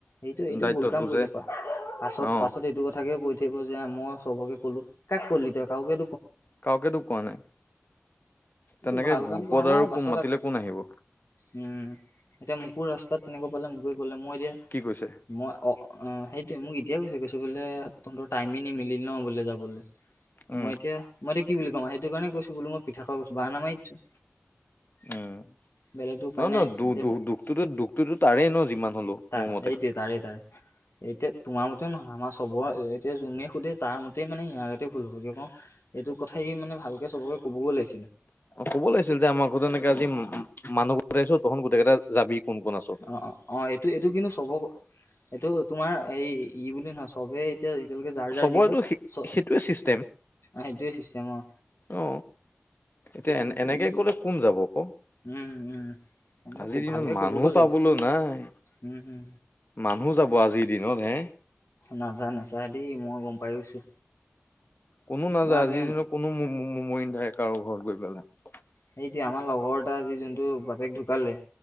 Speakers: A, on the left; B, on the left.
A: এইটো এইটো
B: দায়িত্বটো
A: ভুল কাম কৰিলে
B: যে
A: প পাছত
B: অ
A: পাছত এইটো কথাকে কৈ থাকিব যে মমই চবকে কলো কাক কলি তই কাওকে
B: কওকতো কোৱা নাই।
A: এইটো
B: তেনেকে
A: ভাল
B: গ্ৰুপত
A: কাম কৰা নাই
B: আৰু
A: পাছত
B: কোন মাতিলে
A: আকৌ
B: কোন আহিব।
A: উম এতিয়া মোকো ৰাস্তাত তেনেকা পালে মোকে গ'লে মই এতিয়া
B: কি কৈছে
A: মই অ সেই মোক এতিয়াই কৈছে কৈছে বোলে তহঁতৰ টাইমে নি মিল ন বোলে যাবলে
B: উম
A: মই এতিয়া মই কি বুলি কম সেইটো কাৰণে কৈছো বোলো মই পিঠা খ কৈছো বাহানা মাৰি দিছো।
B: উম
A: বেলেগতো উপায়
B: ন
A: নাই
B: ন দু
A: এতিয়া
B: দুখ দুখটোতো দুখটোতো তাৰেই ন যিমান হলেও।
A: তাৰে
B: মোৰ মতে
A: এইটোৱ তাৰেই তাৰে। এতিয়া তোমাৰ মতেও নহয় আমাৰ চবৰ এতিয়া যোনে সোধে তাৰ মতে মানে ইয়াৰ আগতে ভুল হ'ব কিয় কওঁ এই এইটো কথা স মানে ভালকে চবকে কবগে লাগিব।
B: ক'ব লাগিছিল যে আমাৰ ঘৰত এনেকে আজি মানুহ গোটাইছোঁ। তহত গোটেই কেইটা যাবি। কোন কোন আছ
A: অ অ অ এইটো এইটো কিন্তু চব এইটো তোমাৰ এই ই বুলি নহয়। চবেই এতিয়া এতিয়ালৈকে জাৰ ৰ্জাৰ
B: চবৰেতো
A: যি হয় চ
B: সেইটোৱে চিষ্টেম
A: সেইটোৱে চিষ্টেম অ
B: অ এতিয়া
A: সিহঁতি
B: এ এনেকে
A: ই
B: কলে কোন যাব ক
A: উম উম এনেকে
B: আজিৰ দিনত
A: ভালকে
B: মানুহ
A: ক'বগৈ লাগিব
B: পাবলৈ নাই
A: উম হম
B: মানুহ যাব আজিৰ দিনত হে
A: নাযায় নাযায় দেই মই গম পাই গৈছো
B: কোনো নাযায়
A: তোমাৰ আজি
B: আজিৰ দিনত কোনো মৰি নাথাকে কাৰো ঘৰত গৈ পেলাই
A: সেইটোৱে আমাৰ লগৰ এটা আজি যোনটো বাপেক ঢুকালে